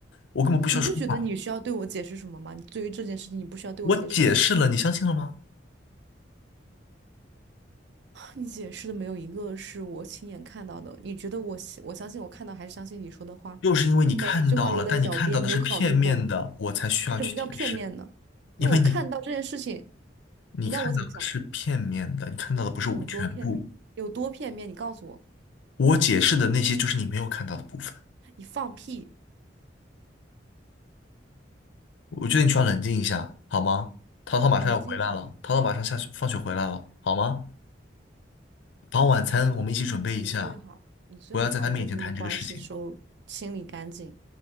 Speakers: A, on the left; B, on the right.
A: 我根本不需要说话。
B: 你不觉得你需要对我解释什么吗？你对于这件事情，你不需要对我解释吗？
A: 我解释了，你相信了吗？
B: 你解释的没有一个是我亲眼看到的。你觉得我信，我相信我看到还是相信你说的话？
A: 又是因为你看到了，
B: 你每一句话都在狡辩，
A: 但你看到的是片面的，
B: 你有考虑过吗？
A: 我才需要去解释，
B: 什么叫片面呢？
A: 因为你
B: 那我看到这件事情，
A: 你看到的是片面的，
B: 你让我怎么想？
A: 你看到的不是我全部。
B: 有多片面？有多片面？你告诉我，
A: 我解释的那些就是你没有看到的部分。
B: 你放屁，
A: 我觉得你需要冷静一下，好吗？淘淘马上要回来了，
B: 冷静什么？
A: 淘淘马上下学放学回来了，好吗？把晚餐我们一起准备一下，
B: 你你最好，你最好把你外面的关系收清理干净。
A: 不要在他面前谈这个事情。